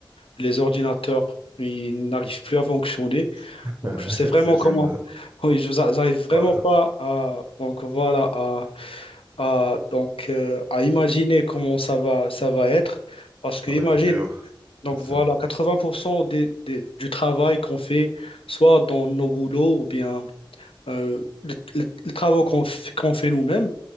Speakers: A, on the left; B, on the right.
A: les ordinateurs ils n'arrivent plus à fonctionner,
B: <laughs>
A: donc je sais vraiment
B: C'est
A: comment.
B: une...
A: <laughs> Oui, je n'arrive vraiment
B: ouais,
A: pas à. Donc, voilà, à à, donc, euh, à imaginer comment ça va, ça va être. Parce
B: ça
A: que imagine,
B: va être dur,
A: donc
B: c'est sûr.
A: voilà, 80% des, des- du travail qu'on fait, soit dans nos boulots ou bien euh, les, les- les travaux qu'on f- qu'on fait nous-mêmes,